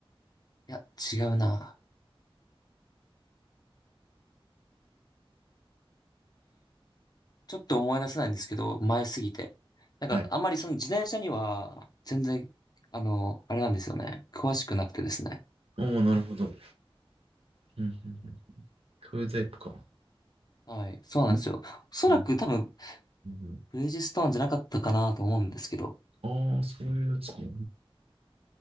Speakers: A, on the left (about 45°); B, on the right (about 80°).
A: いや、違うな。ちょっと思い出せないんですけど、前すぎて。なんか、
B: はい。
A: あんまりその自転車には、全然、あの、あれなんですよね。詳しくなくてですね。
B: おお、なるほど。うんうんうんそういうタイプか。
A: はい。そうなんですよ。
B: うん
A: おそらく多分、
B: うんうん
A: ブリヂストーンじゃなかったかなと思うんですけど。
B: ああ、そういうやつか。う